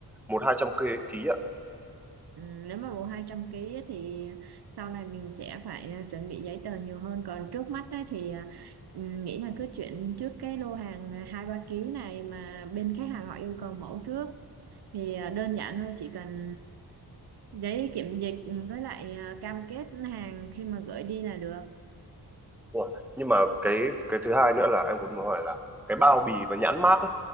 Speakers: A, in the centre; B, on the right (about 80°).
A: một hai trăm ký
B: Ừ. nếu mà bộ 200 kg á thì sau này mình sẽ phải à, chuẩn bị giấy tờ nhiều hơn còn trước mắt á thì à, ừ, nghĩ là cứ chuyển trước cái lô hàng à, hai ba ký này mà bên khách hàng họ yêu cầu mẫu trước thì à, đơn giản thôi chỉ cần giấy kiểm dịch ừ, với lại à, cam kết hàng khi mà gửi đi là được
A: Ủa, nhưng mà cái cái thứ hai nữa là em cũng muốn hỏi là cái bao bì và nhãn mác ấy